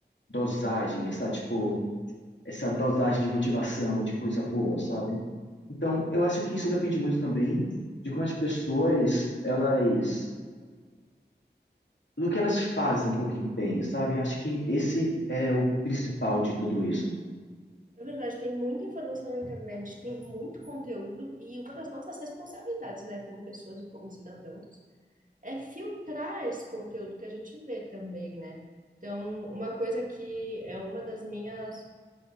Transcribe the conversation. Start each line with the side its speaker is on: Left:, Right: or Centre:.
Left: dosagem, essa, tipo, essa dosagem de motivação, de coisa boa, sabe? Então, eu acho que isso depende muito também de como as pessoas, elas, do que elas fazem com o que têm, sabe? Eu acho que esse é o principal de tudo isso.
Right: É verdade, tem muita informação na internet, tem muito conteúdo, e uma das nossas responsabilidades, né, como pessoas e como cidadãos, é filtrar esse conteúdo que a gente vê também, né? Então, uma coisa que é uma das minhas